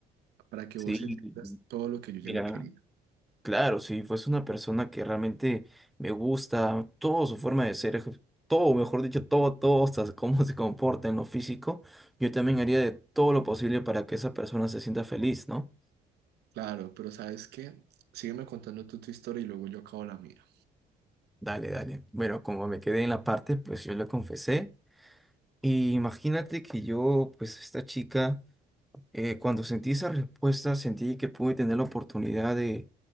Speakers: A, on the right (about 75°); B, in the centre.
A: para que
B: Sí,
A: vos entiendas todo lo que yo ya
B: mira.
A: la quería.
B: Claro, si fuese una persona que realmente me gusta, toda su forma de ser, eje- todo, mejor dicho, todo, todo, hasta cómo se comporta en lo físico, yo también haría de todo lo posible para que esa persona se sienta feliz, ¿no?
A: Claro, pero ¿sabes qué? Sígueme contando tú tu historia y luego yo acabo la mía.
B: Dale, dale. Bueno, como me quedé en la parte, pues yo le confesé. Y imagínate que yo, pues esta chica, eh, cuando sentí esa respuesta, sentí que pude tener la oportunidad de,